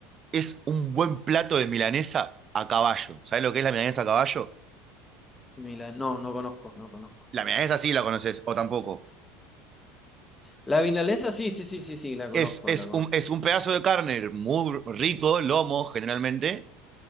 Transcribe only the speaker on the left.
Mila- no, no conozco, no conozco.
La vinalesa, sí, sí, sí, sí, sí, la conozco,
la conozco.